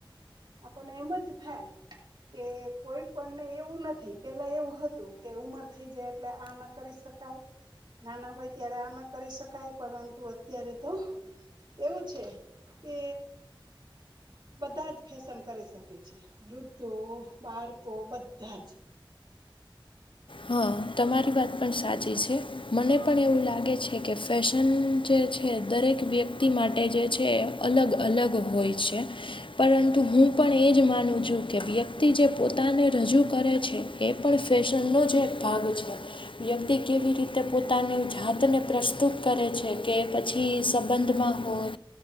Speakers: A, on the right; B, on the left.
A: આપણ ને એમ જ થાય કે કોઈ પણને એવું નથી પેલા એવું હતું કે ઉમર થઈ જાય એટલે આ ના કરી શ શકાય. નાના હોય ત્યારે આ ના કરી શકાય પરંતુ અત્યારે તો એવું છે. કે બધા જ ફેશન કરી શકે છે. વૃદ્ધો, બાળકો બધા જ
B: હા તમારી વાત પણ સાચી છે, મને પણ એવું લાગે છે કે ફેશન જે દરેક વ્યક્તિ માટે જે છે અલગ અલગ હોય છે, પરંતુ હું હું પણ એ જ માનું છું કે વ્યક્તિ જે પોતાને રજૂ કરે છે, એ પણ ફેશનનો જ જે ભાગ છે, વ્યક્તિ કેવી રીતે પોતાની જાતને પ્રસ્તુત કરે છે કે પછી સંબંધમાં હોય,